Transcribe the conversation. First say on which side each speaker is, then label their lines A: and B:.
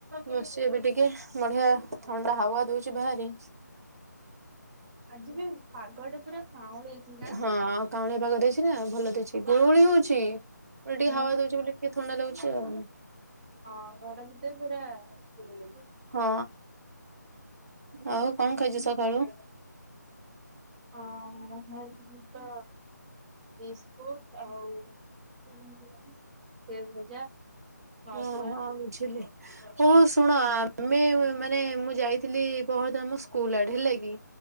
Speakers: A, on the right; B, on the right.
A: ବସିଚି ଏବେ ଟିକେ ବଢିଆ ଥଣ୍ଡା ହାୱା ଦଉଛି ବାହାରେ।
B: ଆଜି ବି ପାଗଟା ପୁରା କାଉଁଳେଇଛି ନା?
A: ହଁ ଆଉ କାଉଁଳିଆ ପାଗ ଦେଇଛି ନା ଭଲ ଦେଇଛି ଗୁଳୁ ଗୁଳି ହଉଛି। ଓଲଟି
B: ହୁଁ
A: ହାୱା ଦଉଛି ବୋଲି ଟିକେ ଥଣ୍ଡା ଲାଗୁଛି ଆଉ।
B: ହଁ ଘର ଭିତରେ ପୁରା ଗୁଳୁଗୁଳୁ।
A: ହଁ ଆଉ କଣ ଖାଇଛ ସକାଳୁ?
B: ହଁ ମୁଁ ଖାଇଥିଲି ତ ବିସ୍କୁଟ ଆଉ ସେଓ ଭଜା। ନଡୁଆ।
A: ଓହୋ ବୁଝିଲି ହଉ ଶୁଣ ଆମେ ମାନେ ମୁଁ ଯାଇଥିଲି ବହତ ଆମ ସ୍କୁଲ ଆଡ଼େ ହେଲା କିି